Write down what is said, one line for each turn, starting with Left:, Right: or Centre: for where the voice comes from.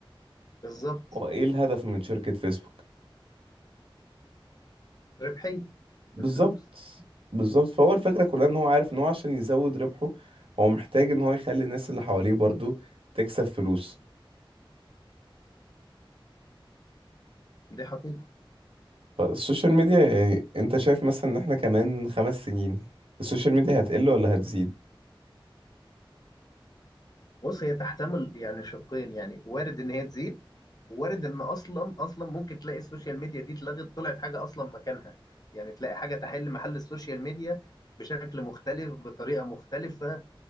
Left: بالظبط
Right: هو ايه الهدف من شركة فيسبوك
Left: ربحية
Right: بالظبط
Left: والفلوس
Right: بالظبط فهو الفكرة كلها ان هو عارف ان هو عشان يزود ربحه هو محتاج ان هو يخلي الناس اللي حواليه برضو تكسب فلوس
Left: دي حقيقة
Right: فالسوشيال ميديا يعني انت شايف مثلا ان احنا كمان خمس سنين السوشيال ميديا هتقل ولا هتزيد
Left: بص هي تحتمل يعني شقين يعني وارد إن هي تزيد وارد إن أصلا أصلا ممكن تلاقي السوشيال ميديا دي اتلغت طلعت حاجة أصلا مكانها يعني تلاقي حاجة تحل محل السوشيال ميديا بشكل مختلف بطريقة مختلفة